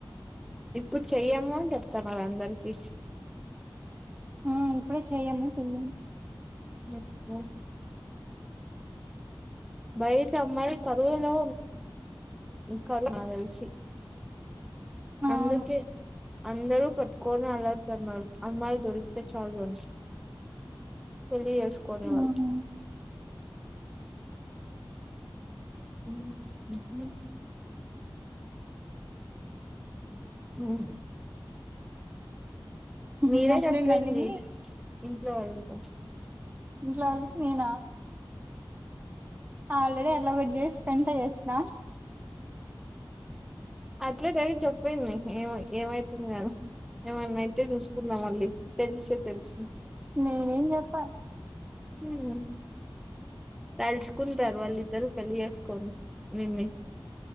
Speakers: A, in the centre; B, on the right.
A: ఇప్పుడు చెయ్యము అని చెప్తాం అది అందరికి
B: ఆ ఇప్పుడే చెయము పిల్లకి
A: మ్మ్ బయట అమ్మాయి కరువలో కరు నక్ తెల్సి
B: అవును
A: అందుకే అందరూ పట్టుకొని అలాగతున్నారు అమ్మాయి దొరికితే చాలు అని పెళ్లి చేసుకునే
B: హ్మ్
A: వాళ్ళు హ్మ్ మ్మ్
B: ఉహు
A: మీరే
B: అప్పుడే
A: చెప్పింది
B: నందిని
A: ఇంట్లో వాళ్ళకా
B: ఇంట్లోవాళ్ళకి మేమ ఆల్రెడీ అట్ల ఒకటి చేసి పెంట చేసిన
A: అట్లే డైరెక్ట్ చెప్పేయంది ఏమై ఏమైతుంది గాని ఏమన్న అయితే చూసుకుందాం మళ్ళీ తెలిస్తే తెల్సని
B: నేనేం చెప్పా
A: హ్మ్ తలుచుకుంటారు వాళ్ళు ద్దరు పెళ్ళి చేసుకోని <unintelligible>